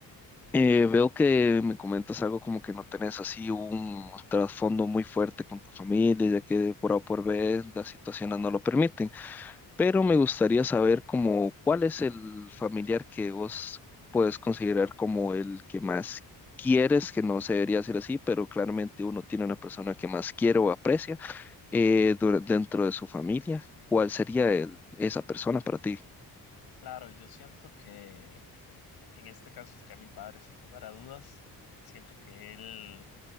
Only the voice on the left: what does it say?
Claro, yo siento que en este caso sería mi padre, sin lugar a dudas. Siento que él